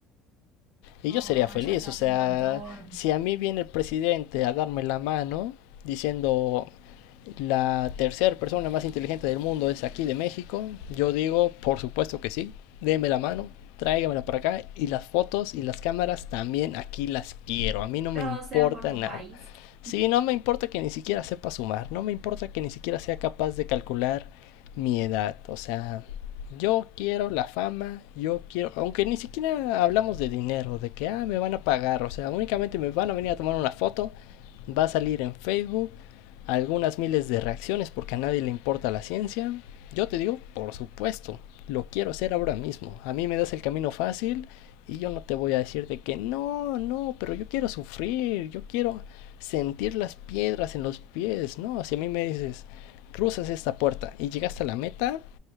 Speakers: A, on the left; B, on the right.
A: Y
B: Oh,
A: yo sería feliz,
B: eso ya
A: o sea,
B: es un montón.
A: si a mí viene el presidente a darme la mano diciendo la tercera persona más inteligente del mundo es aquí de México, yo digo, por supuesto que sí, déme la mano, tráigamela para acá y las fotos y las cámaras también aquí las quiero, a mí no me
B: Todo
A: importa
B: sea por tu
A: nada.
B: país.
A: Sí,
B: <laughs>
A: no me importa que ni siquiera sepa sumar, no me importa que ni siquiera sea capaz de calcular mi edad, o sea, yo quiero la fama, yo quiero, aunque ni siquiera hablamos de dinero, de que ah, me van a pagar, o sea, únicamente me van a venir a tomar una foto, va a salir en Facebook, algunas miles de reacciones porque a nadie le importa la ciencia. Yo te digo, por supuesto, lo quiero hacer ahora mismo. A mí me das el camino fácil y yo no te voy a decir de que no, no, pero yo quiero sufrir, yo quiero sentir las piedras en los pies, ¿no? Si a mí me dices, cruzas esta puerta y llegas a la meta,